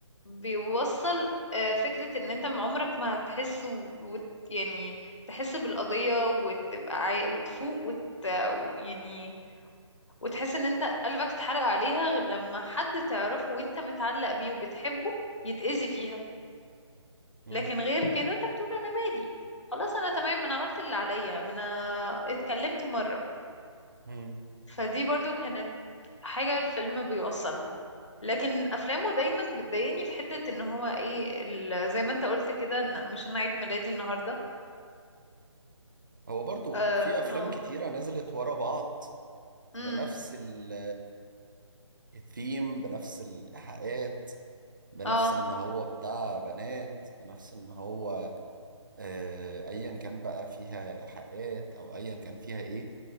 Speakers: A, on the left; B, on the right.
A: بيوصل آه، فكرة ان انت من عمرك ما هتحس و... وت... يعني تحس بالقضية وتبقى عاي... وتفوق وت... و- يعني وتحس ان انت قلبك اتحرق عليها غير لما حد تعرفه وانت متعلق بيه وبتحبه يتأذي فيها
B: مم.
A: لكن غير كده انت بتقول انا مالي خلاص انا تمام انا عملت اللي عليا ما انا اتكلمت مرة
B: مم.
A: فدي برضو كانت حاجة الفيلم بيوصلها لكن افلامه دايما بتضايقني في حتة ان هو ايه ال- زي ما انت قلت كده ان مش انا عيد ميلادي النهاردة
B: هو برضه
A: اه
B: في أفلام
A: اه
B: كتيرة نزلت ورا بعض
A: امم
B: بنفس ال الثيم بنفس الإيحاءات بنفس
A: اه
B: إن هو بتاع بنات بنفس إن هو آه، أيا كان بقى فيها إيحاءات أو أيا كان فيها إيه